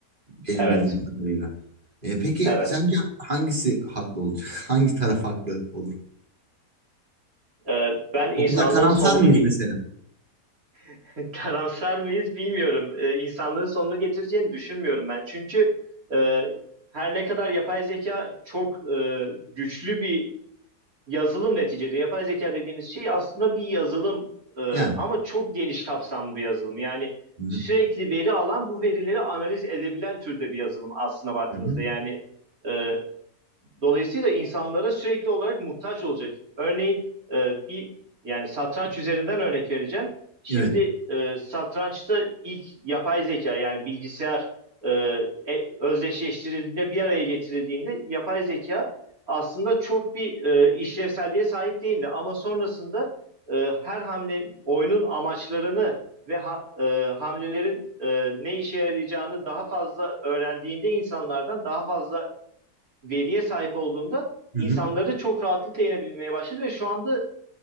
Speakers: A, on the right; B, on the right.
A: benim
B: evet,
A: bildiğim kadarıyla. E, peki
B: evet.
A: sence hangisi haklı olacak? <laughs> Hangi taraf haklı olur?
B: E, ben insanlığın
A: O kadar karamsar
B: sonunu
A: mıyız mesela?
B: <laughs> Karamsar mıyız bilmiyorum. Ee, insanlığın sonunu getireceğini düşünmüyorum ben. Çünkü e, her ne kadar yapay zeka çok e, güçlü bir yazılım neticede. Yapay zeka dediğimiz şey aslında bir yazılım e,
A: Yani.
B: ama çok geniş kapsamlı bir yazılım. Yani
A: Hı
B: sürekli
A: hı,
B: veri alan bu verileri analiz edebilen türde bir yazılım aslına baktığımızda.
A: hı hı.
B: Yani e, Dolayısıyla insanlara sürekli olarak muhtaç olacak. Örneğin e, bir yani satranç üzerinden örnek vereceğim. Şimdi
A: Evet.
B: e, satrançta ilk yapay zeka yani bilgisayar e, e, özdeşleştirildiğinde bir araya getirildiğinde yapay zeka aslında çok bir e, işlevselliğe sahip değildi. Ama sonrasında e, her hamle oyunun amaçlarını ve ha- e, hamlelerin e, ne işe yarayacağını daha fazla öğrendiğinde insanlardan daha fazla veriye sahip olduğunda
A: Hı
B: insanları
A: hı.
B: çok rahatlıkla yenebilmeye başladı ve şu anda